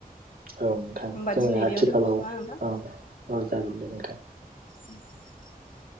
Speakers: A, on the right; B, on the left.
A: औ नोंथां
B: होमबा
A: जोङो
B: दिनै
A: आथिखालाव
B: बेयावनो दोनथ'सै नामा नोंथां
A: औ औ जागोन दे नोंथां।
B: उम <unintelligible>